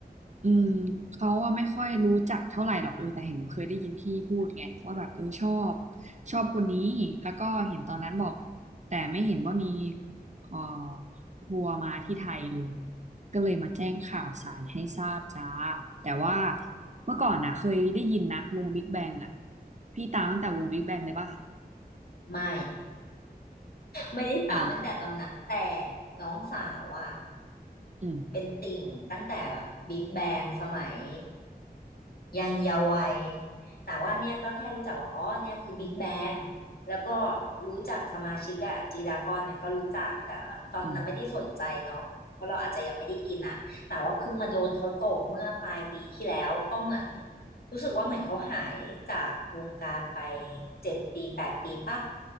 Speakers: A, on the right; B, on the left.
A: อืมเขาว่าไม่ค่อยรู้จักเท่าไหร่หรอกเออแต่เห็นเคยได้ยินพี่พูดไงว่าแบบเออชอบชอบคนนี้แล้วก็เห็นตอนนั้นบอกแต่ไม่เห็นว่ามีเอ่อทัวร์มาที่ไทยเลยก็เลยมาแจ้งข่าวสารให้ทราบจ้าแต่ว่าเมื่อก่อนน่ะเคยได้ยินนะวงบิ๊กแบงอ่ะพี่ตามตั้งแต่วงบิ๊กแบงเลยปะ
B: ไม่ไม่ได้ตามตั้งแต่ตอนนั้นแต่
A: อ้าว
B: น้องสาวอ่ะ
A: อืม
B: เป็นติ่งตั้งแต่แบบบิ๊กแบงสมัยยังเยาว์วัยแต่ว่าเนี่ยก็แค่รู้จักว่าอ๋อเนี่ยคือบิ๊กแบงแล้วก็รู้จักสมาชิกอะจีดากอนเนี่ยก็รู้จักแต่ว่าตอนนั้นไม่ได้สนใจเนาะเพราะเราอาจจะยังไม่ได้อินอะแต่ว่าเพิ่งมาโดนเขาตกเมื่อปลายปีที่แล้วก็เหมือน
A: อืม
B: รู้สึกว่าเหมือนเขาหายจากวงการไปเจ็ดปีแปดปีป่ะ